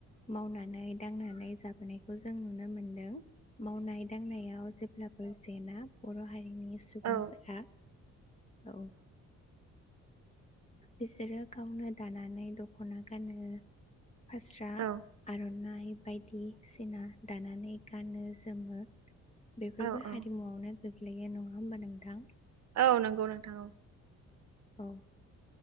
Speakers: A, on the left (about 20°); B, on the right (about 60°).
A: मावनानै दांनानै जाबोनाय। जों नुनो मोनदों मावनाय दांनायाव जेब्लाबो। जेना बर' हारि रिनि सुबुंफोरा।
B: औ
A: औ। बिसोरो गावनो दानानै दख'ना गानो। फास्रा
B: औ
A: आरनाइ। बायदिसिना दानानै गानो जोमो। बेफोरबो
B: औ औ
A: हारिमुआवनो। गोग्लैयो नङा होमबा नोंथां?
B: औ नंगौ नोंथां औ।
A: औ।